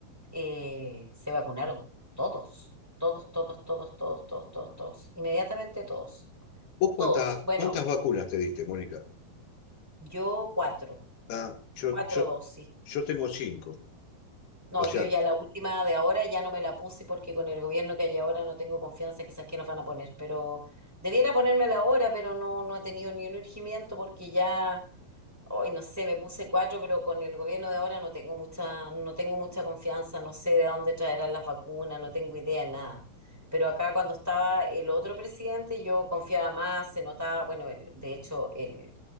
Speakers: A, in the centre; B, on the left.
A: eh, se vacunaron todos, todos, todos, todos, todos, todos, todos, todos. Inmediatamente todos,
B: ¿Vos
A: todos.
B: cuánta-
A: Bueno,
B: cuántas vacunas te diste, Mónica?
A: yo cuatro,
B: Ah, yo,
A: cuatro
B: yo,
A: dosis.
B: yo tengo cinco.
A: No,
B: O sea,
A: yo ya la última de ahora ya no me la puse porque con el gobierno que hay ahora no tengo confianza, quizás que nos van a poner, pero debiera ponérmela ahora, pero no, no he tenido ni un urgimiento porque ya, hoy no sé, me puse cuatro, pero con el gobierno de ahora no tengo mucha, no tengo mucha confianza, no sé de dónde traerán las vacunas, no tengo idea de nada. Pero acá cuando estaba el otro presidente yo confiaba más, se notaba, bueno, el- de hecho el